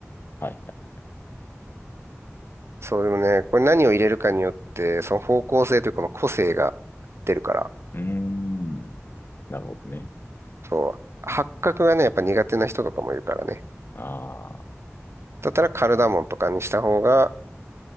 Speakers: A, on the left; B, on the right.
A: はいはい。
B: そうでもね、これ何を入れるかによって、その方向性というかこの個性が出るから、
A: うーん。なるほどね。
B: そう、八角がね、やっぱ苦手な人とかもいるからね。
A: ああ、
B: だったらカルダモンとかにした方が、